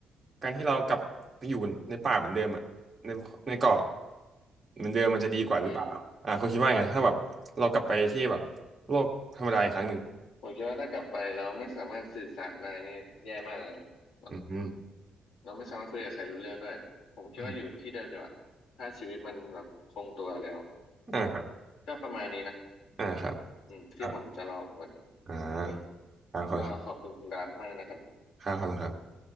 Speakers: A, on the right; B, on the left.
A: การที่เรากลับไปอยู่ในป่าเหมือนเดิมอะในในเกาะเหมือนเดิมมันจะดีกว่าหรือเปล่าอ่าคุณคิดว่าไงถ้าแบบเรากลับไปที่แบบโลกธรรมดาอีกครั้งหนึ่ง
B: อืมผมคิดว่าถ้ากลับไปแล้วไม่สามารถสื่อสารได้นี่แย่มากเลยนะแบบ
A: อืมอม
B: เราไม่สามารถคุยกับใครรู้เรื่องด้วย ผมคิดว่าอยู่ที่เดิมดีกว่าถ้าชีวิตมันแบบคงตัวแล้ว
A: อืม
B: อืม
A: อ่าครับ
B: ก็ประมาณนี้นะ
A: อ่าครับ
B: อืมที่ผมจะเล่าวันนี้โอเค
A: อ่าอ่าครับขอบคุณครับ
B: ก็ขอบคุณคุณดาร์ตมากนะครับ
A: ครับขอบคุณครับ